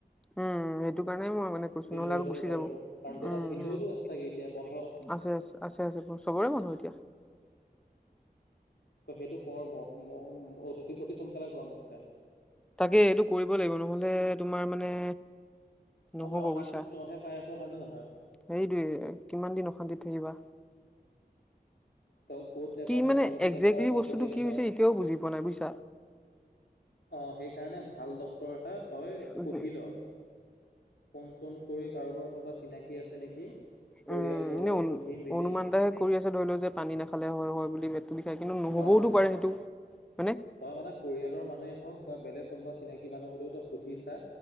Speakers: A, in the centre; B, on the left.
A: উম, সেইটো কাৰণে মই মানে কৈছো নহ'লে
B: লৈ
A: আকৌ গুচি
B: পাৰিব
A: যাব উম,
B: কাৰণ তহঁতৰ
A: উম।
B: ভিনদেউতো
A: আছে,
B: চাগে এতিয়া বন্ধ
A: আছে, আছে, আছে ব চবৰে মানুহ এতিয়া।
B: তই সেইটো কৰ ম অ' অতি সোনকালে কৰ মুঠতে।
A: তাকে এইটো কৰিব লাগিব নহ'লে তোমাৰ মানে
B: নহ'লে
A: নহ'ব
B: অশান্তি
A: বুজিছা
B: তইহে পাই আছ হয়নে নহয়
A: সেইটোৱে কিমান দিন অশান্তিত থাকিবা।
B: তই ক'ত দেখাৱ
A: কি
B: মিছনতে
A: মানে একজেক্টলি
B: দেখাৱ বা
A: বস্তুটো
B: য'তেই দেখাৱ
A: কি হৈছে, এতিয়াও বুজি পোৱা নাই বুইছা।
B: অ' সেইকাৰণে ভাল ডত্তৰৰ এটা তই
A: উম
B: সুধিলৰ। ফোন চোন কৰি কাৰোবাৰ কোনোবা চিনাকি আছে নেকি। পৰিয়ালবৰ্গ
A: উম, এনে
B: সুধি মেলি
A: অনুমান টাইহে কৰি আছে ধৰি লওঁ যে পানী নাখালে হয় হয় বুলি। বিষাই কিন্তু নহবওতো
B: অ
A: পাৰে সেইটো। হয়নে
B: তই মানে পৰিয়ালৰ মানুহে হওঁক বা বেলেগ কোনোবা চিনাকি মানুহ হ'লেও তই সুধিছা।